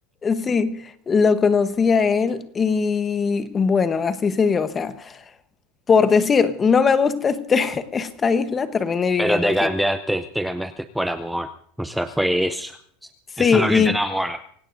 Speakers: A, on the left; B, in the centre.
A: Sí, lo conocí a él y bueno, así se dio. O sea, por decir, no me gusta este, <laughs> esta isla, terminé viviendo
B: Pero te
A: aquí.
B: cambiaste, te cambiaste por amor. O sea, fue eso.
A: Sí,
B: Eso es lo que te enamora.